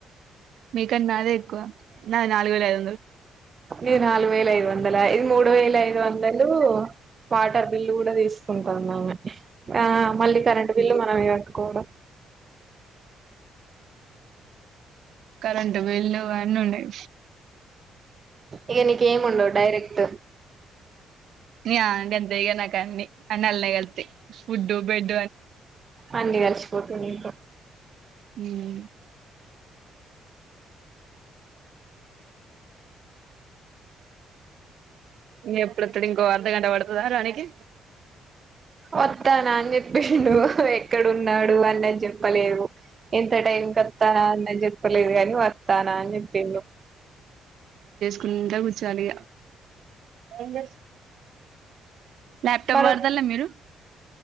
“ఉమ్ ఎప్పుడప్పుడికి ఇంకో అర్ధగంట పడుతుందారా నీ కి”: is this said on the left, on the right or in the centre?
Right